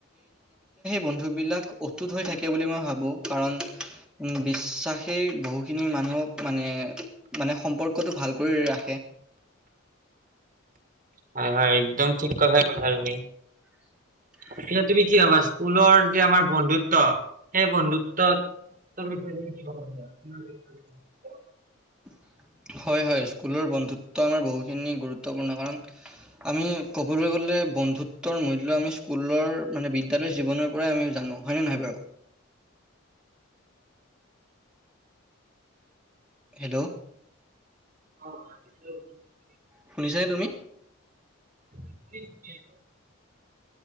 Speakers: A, in the centre; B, on the right.
A: বন্ধু বিলাক অতুত হৈ থাকে বুলি মই ভাবো কাৰণ উম, বিশ্বাস সেই বহুখিনি মানুহক মানে-মানে সম্পৰ্কটো ভাল কৰি ৰাখে।
B: হয়-হয় একদম ঠিক কথাই কৈছা তুমি।
A: <unintelligible>
B: এতিয়া তুমি কি ভাবা স্কুলৰ যে আমাৰ বন্ধুত্ব সেই বন্ধুত্বত ত' আমি <unintelligible>
A: <inaudible> হয়-হয় স্কুলৰ বন্ধুত্ব আমাৰ বহুখিনি গুৰুত্বপূৰ্ণ কাৰণ আমি ক'বলৈ গ'লে এ বন্ধুত্বৰ মূল্য আমি স্কুলৰ মানে বিদ্যালয়ৰ জীৱনৰ পৰাই আমি জানো হয় নে নহয় বাৰু? <inaudible> হেল্ল',
B: অছ
A: শুনিছানে তুমি
B: <unintelligible>